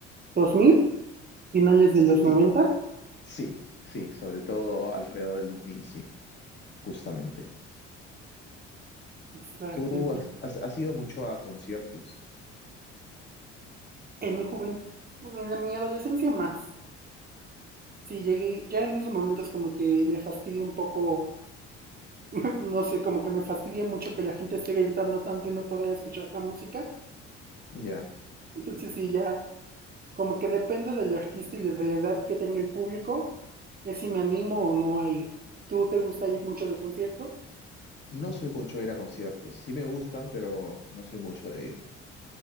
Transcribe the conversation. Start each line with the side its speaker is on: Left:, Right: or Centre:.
Right: 2000, finales
Left: Sí,
Right: de los 90?
Left: sí, sí, sobre todo alrededor del 2000, sí, justamente.
Right: Exacto.
Left: ¿Tú
Right: ent-
Left: has, has, has ido mucho a conciertos?
Right: En mi juventud, en la- mi adolescencia más. Sí, llegué, ya en esos momentos como que me fastidia un poco, <clears throat> <laughs> no sé, como que me fastidia mucho que la gente esté gritando tanto y no poder escuchar la música.
Left: Ya.
Right: Entonces sí, ya como que depende del artista y de la edad que tenga el público, es si me animo o no a ir. ¿Tú te gusta ir mucho a los conciertos?
Left: No soy mucho de ir a conciertos. Sí me gustan, pero no soy mucho de ir.